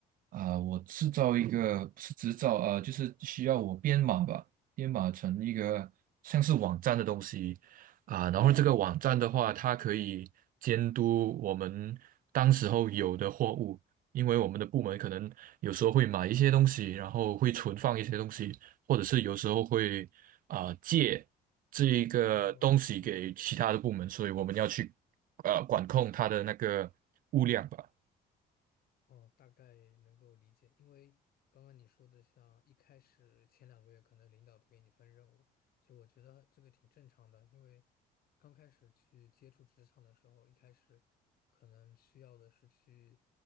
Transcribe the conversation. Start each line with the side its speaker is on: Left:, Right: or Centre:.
Right: 啊、我制造一个不是制造啊、呃就是需要我编码吧，编码成一个像是网站的东西啊、然后这个网站的话，它可以监督我们当时候有的货物，因为我们的部门可能有时候会买一些东西，然后会存放一些东西，或者是有时候会啊、借这一个东西给其他的部门，
Left: 哦，明白。
Right: 所以我们要去呃管控它的那个物量吧。
Left: 哦，大概能够理解，因为刚刚你说的，像一开始前两个月可能领导不给你分任务，其实我觉得这个挺正常的，因为刚开始去接触职场的时候，一开始可能需要的是去